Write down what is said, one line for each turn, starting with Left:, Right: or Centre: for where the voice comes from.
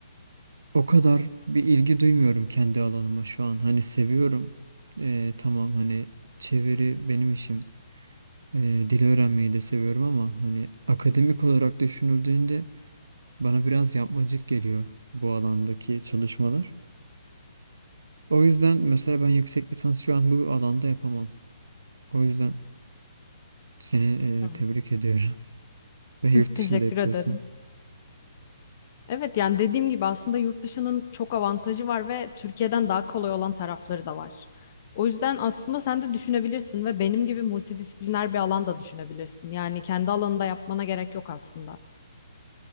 Right: O kadar bir ilgi duymuyorum kendi alanıma şu an. Hani seviyorum. Ee, tamam hani çeviri benim işim. Ee, dil öğrenmeyi de seviyorum ama hani akademik olarak düşünüldüğünde bana biraz yapmacık geliyor bu alandaki çalışmalar. O yüzden mesela ben yüksek lisans şu an bu alanda yapamam. O yüzden seni
Left: Hı.
Right: e, tebrik ediyorum. <laughs> Ve
Left: <laughs>
Right: yurt
Left: Teşekkür
Right: dışında yapıyorsun.
Left: ederim. Evet yani dediğim gibi aslında yurt dışının çok avantajı var ve Türkiye'den daha kolay olan tarafları da var. O yüzden aslında sen de düşünebilirsin ve benim gibi multidisipliner bir alan da düşünebilirsin. Yani kendi alanında yapmana gerek yok aslında.